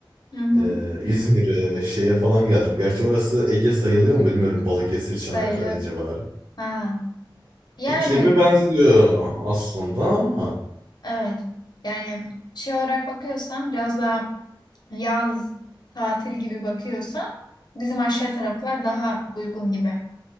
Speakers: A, on the left; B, on the right.
A: Hı hı.
B: E, İzmir'e, şeye falan geldim. Gerçi orası Ege sayılıyor mu bilmiyorum. Balıkesir,
A: Sayılır.
B: Çanakkale civarı.
A: Ha. Yani
B: İklimi benziyor aslında ama
A: evet. Yani şey olarak bakıyorsam biraz daha yaz tatil gibi bakıyorsam bizim aşağı taraflar daha uygun gibi.